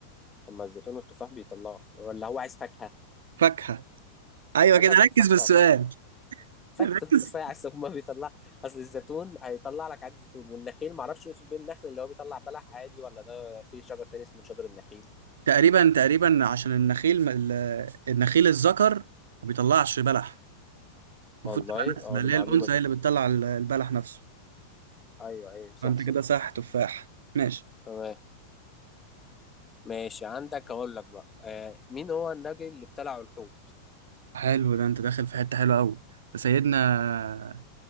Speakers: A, on the left (about 15°); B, on the right (about 65°).
A: طب ما الزيتون والتفاح بيطلع ولا هو عايز فاكهة
B: فاكهه ايوه
A: فاكهة
B: كده
A: التفاح
B: ركز في السؤال
A: طبعا
B: <laughs>
A: فاكهة
B: ركز
A: التفاح عايز هما بيطلع اصل الزيتون هيطلع لك عادي زيتون والنخيل معرفش يقصد بيه النخل اللي هو بيطلع بلح عادي ولا ده في شجر تاني اسمه شجر النخيل
B: تقريبا تقريبا عشان النخيل م- ال- النخيل الذكر ما بيطلعش بلح المفروض
A: والله
B: تبقى نسله
A: اه
B: اللي
A: دي معلومة
B: هي الانثى
A: دي
B: هي اللي بتطلع ال- البلح نفسه
A: ايوه ايوه صح
B: فانت
A: صح
B: كده صح تفاح ماشي
A: تمام ماشي عندك اقول لك بقى آه مين هو النبي اللي ابتلعه الحوت
B: حلو ده انت داخل في حته حلوه قوي سيدنا